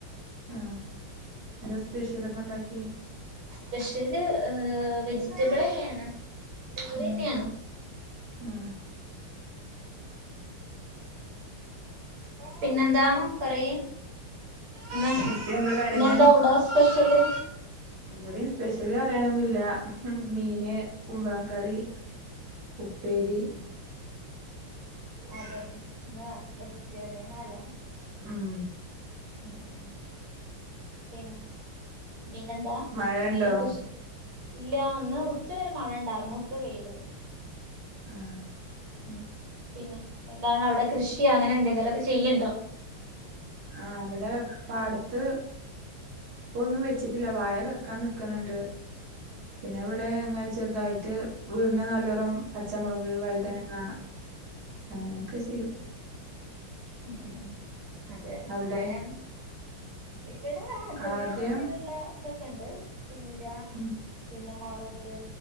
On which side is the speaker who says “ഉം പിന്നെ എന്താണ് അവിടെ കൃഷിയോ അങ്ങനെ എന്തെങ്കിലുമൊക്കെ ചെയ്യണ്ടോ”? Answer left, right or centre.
Right